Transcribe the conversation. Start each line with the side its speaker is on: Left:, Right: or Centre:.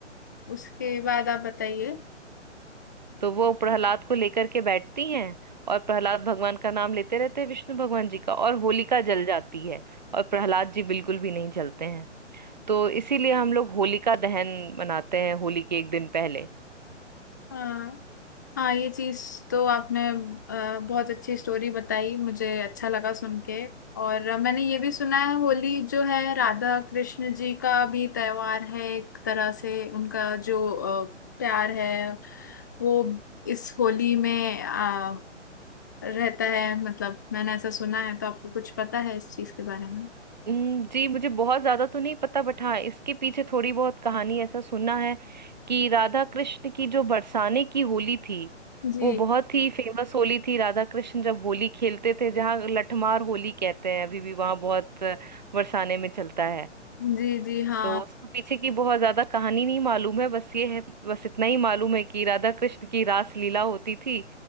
Left: उसके बाद आप बताइए
Right: तो वो प्रहलाद को लेकर के बैठती हैं और प्रहलाद भगवान का नाम लेते रहते हैं विष्णु भगवान जी का और होलिका जल जाती है और प्रहलाद जी बिल्कुल भी नहीं जलते हैं तो इसीलिए हम लोग होलिका दहन मनाते हैं होली के एक दिन पहले
Left: हाँ हाँ ये चीज तो आपने अ, बहुत अच्छी स्टोरी बताई मुझे अच्छा लगा सुन के और अ, मैंने ये भी सुना है होली जो है राधा कृष्ण जी का भी त्योहार है एक तरह से उनका जो अ, प्यार है वो इस होली में अ, रहता है मतलब मैंने ऐसा सुना है तो आपको कुछ पता है इस चीज के बारे में
Right: हम्म, जी मुझे बहुत ज्यादा तो नहीं पता बट हाँ इसके पीछे थोड़ी बहुत कहानी ऐसा सुना है कि राधा कृष्ण की जो बरसाने की होली थी
Left: जी
Right: वो बहुत ही फेमस होली थी राधा कृष्ण जब होली खेलते थे जहाँ लठमार होली कहते हैं अभी भी वहाँ बहुत अ, बरसाने में चलता है
Left: जी जी हाँ
Right: तो उसके पीछे की बहुत ज्यादा कहानी नहीं मालूम है बस ये है बस इतना ही मालूम है कि राधा कृष्ण की रास लीला होती थी